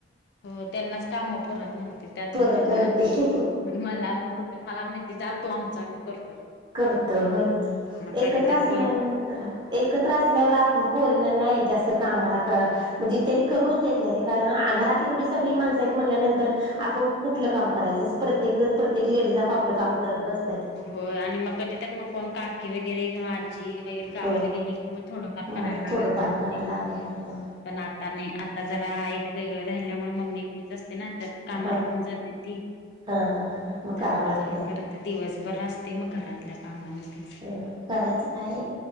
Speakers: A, on the left; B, on the right.
A: हो त्यांनाच कामं पुरत नव्हती त्यातन
B: परत
A: मला
B: नव्हती
A: आणि मला मग कुटं मला म्हणायची जा तू आमचं आमी कर
B: करतो होयचं की
A: कधी
B: एकत्र
A: तर
B: असल्यानं
A: कोण
B: तर एकत्र असल्यावर आप पोरींना नाही जास्त कामाला क म्हणजे त्यांनी करूनच देत नाही ते कारण आ घरात एवढी सगळी माणसं आहेत म्हणल्यानंतर आपण कुठलं काम करायचं अस प्रत्येक जण प्रत्येक लेडीज आपआपलं काम करत बसत्यात.
A: होय आणि मग कधी तर मग कोण काकी वैग गैरे किंवा आजी वगैरे गावाला
B: हो
A: गेली कि मग थोडंफार
B: मग
A: करायला लागायचं
B: थोडंफार
A: म
B: करायला
A: ते
B: लागायचं
A: पण आता नाही आता जरा वेगळं राहिल्यामुळे मम्मी एकटीच असते ना आणि त्यात कामाला
B: हा
A: पण जाते ती
B: हा हा हा मग
A: त्यामुळं
B: करावं लागतंय
A: जरा करत दिवसभर असते मग घरातल्या कामांमध्ये.
B: अ करायचं काय